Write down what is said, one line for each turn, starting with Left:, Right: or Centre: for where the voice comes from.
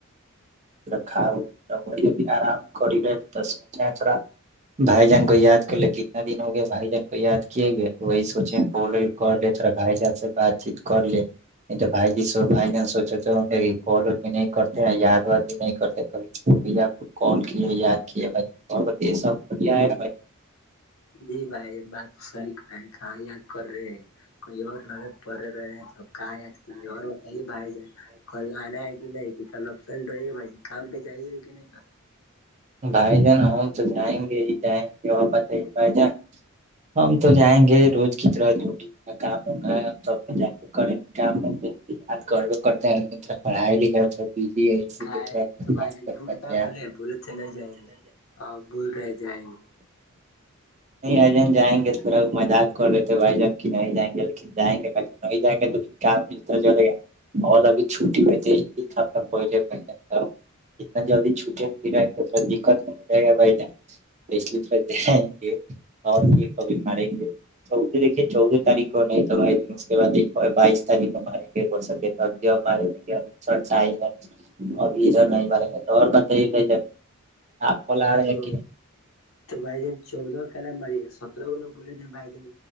Right: ر اؤے بھی آرام کر لےس چچڑا بھائی جان کو یاد کر لے کتنے دن ہو گیا بھائی جن کو یاد کیے گئے تو وہی سوچیں کر لے تھڑا بھائی جان سے بات چیت کر لے ا تو بھائی جی سو بائی جان سوچے تھ کال بھی نہیں کرتے یاد واد بھی نہیں کرتے کبھی چ کال کیے یاد کی ب ب سب بڑھیا ہے
Left: جی بھائی بات تو صحی کہ ہے کہاں یاد کر رہے ہیں کوئی اور لگے پڑے رہے ہیں تو اب کہاں اورت ب ج گانا ہے کہ نہیں کہ کا نقصان ڈرائی گےے کام پہے ہی ہو ہے کہ نہیں کا
Right: بھائی جان ہم تو جائیں گے ہی جائیں گے اور بت بھائی جان ہم تو جائیں گے روز کی طرح جو کاما جائیں کرے کے کام ہے یاد کرو کرتے ہیں لیکن تھوڑا پڑھائی لکھائی
Left: کا
Right: جر
Left: ہے
Right: مڈ
Left: تو بھائی جان
Right: کر
Left: جھوٹ کا بولے بولے چنئی جائیں گے بول رہائے جائیں گے
Right: نہیں آ جان جائیں گے تھورا مذاق کر رہتے بھائی جان نہیں جائیں گے ل جائیں گے ب جب نہیں جائیں گے تو پھر کام اسس طرح چلے گا اور ابھی چھٹی میں دیک کھا کولے پہ تھا اتنا جلدی چھوٹیں پھریںے تو تھڑا دقت نہیں ہو جائے گا بھائی جان اس لی تھرکو اور بھی کبھی ماریں گے چود دیکھیے چودہ تاریخ کو نہیں تو بھائی اس کے بع بائیس تاریخ ہمارے ہو سک سبدیو ماری ل گ سر چائے ابھی ادھر نہیں مریں گے تو اور بات یہ آپ ک
Left: ہ
Right: <inaudible>
Left: تو بائی جان چودہ کا نا مڑی گا سترہ کووگ بولے تھے بھائی جڑ گ